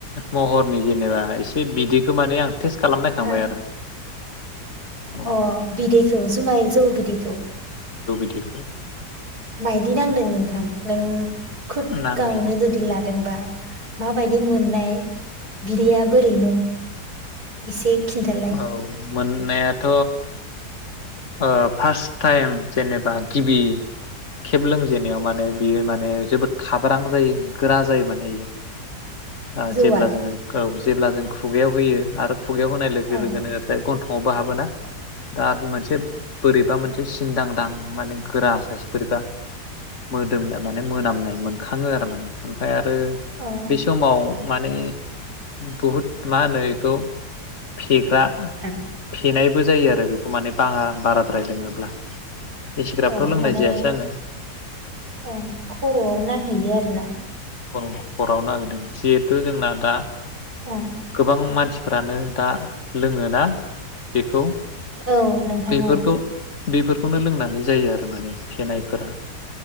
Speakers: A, on the left; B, on the right.
A: महरनि जे नेबा एसे बिदैखो माने आं टेस्ट खालामनायखांबाय
B: औ
A: आरो औ
B: अ बिदैखौ जुमाय जौ बिदैखौ
A: दैखौ।
B: मायदि नांदों नोंथां नों खुद
A: नांनायाव
B: गावनो जुदि लादोंबा मा बायदि मोननाय बिदैया बोरैमोन? एसे खिन्थालाय।
A: औ मोननायाथ ओ फार्स्ट टाइम जेनेबा गिबि खेब लोंजेननायाव माने बेयो माने जोबोद खाब्रां जायो गोरा जायो माने इयो। ओ
B: जौआ
A: जेब्ला जोङो गौ जेब्ला जों खुगायाव होयो आरो खुगायाव होनाय लोगो
B: ओं
A: लोगोनो थाय गन्थं हमबा हाबोनोना? दात मोनसे बोरैबा मोनसे सिनदांदां माने गोरा साइस बोरैबा मोदोमनाय माने मोनामनाय मोनखाङो आरो माने ओमफय आरो
B: ओं
A: बे समाव माने बहुद मा होनो इखौ फेग्रा
B: अ
A: फेनाय बो जायो आरो बेखौ माने बाङा बाराद्राय लोङोब्ला एसेग्राबथ'
B: औ
A: लोंनाय
B: माने
A: जायासै आङो
B: ओं खर'आव नांहैयो आरोना।
A: हरावनो नागिरदों जिहेथु जोंना दा
B: ओं
A: गोबां मानसि फोरानो दा लोङो ना बेखौ।
B: औ नोंथां।
A: बेफोरखौ
B: औ
A: बेफोरखौनो लोंनानै जायो आरो माने फेनायफोरा।